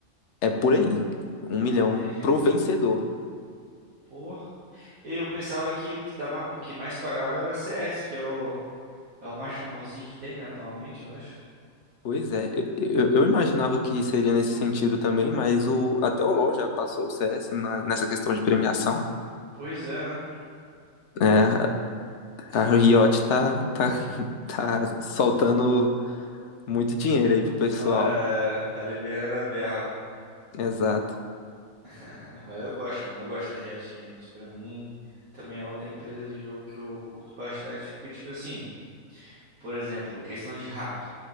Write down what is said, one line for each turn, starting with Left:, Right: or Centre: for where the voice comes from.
Left: é por aí, um
Right: Ah,
Left: milhão
Right: entendi.
Left: pro vencedor.
Right: Pô, eu pensava que o que, tá, ma- o que mais pagava era CS, porque é o, é o mais famosinho que tem, né, atualmente, eu acho.
Left: Pois é, eu, eu- eu imaginava que seria nesse sentido também, mas o, até o LoL já passou o CS na- nessa questão de premiação.
Right: Pois é, né?
Left: né? a
Right: É.
Left: a Riot tá, tá, tá soltando muito dinheiro aí pro pessoal.
Right: É, tá liberando a verba.
Left: Exato,
Right: <laughs> Mas eu gosto, mano. Eu gosto da Riot Games. Pra mim, também é outra empresa de jogo que eu curto bastante. Porque, tipo assim, por exemplo, questão de hack.